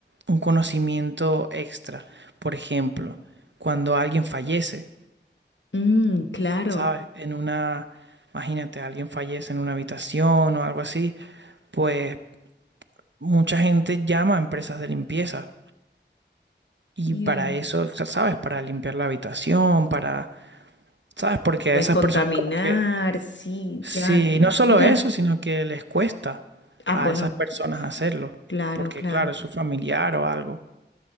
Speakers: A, on the right; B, on the left.
A: un conocimiento extra. Por ejemplo, cuando alguien fallece,
B: Mm, claro.
A: ¿sabes? En una, imagínate, alguien fallece en una habitación o algo así, pues mucha gente llama a empresas de limpieza. Y
B: Mira.
A: para eso, o sea, ¿sabes? Para limpiar la habitación, para, ¿sabes? Porque a
B: Descontaminar,
A: esas personas como que,
B: sí,
A: sí,
B: ya.
A: y no solo
B: Miran.
A: eso, sino que les cuesta
B: Ah,
A: a
B: bueno,
A: esas personas hacerlo.
B: claro,
A: Porque
B: claro.
A: claro, es su familiar o algo.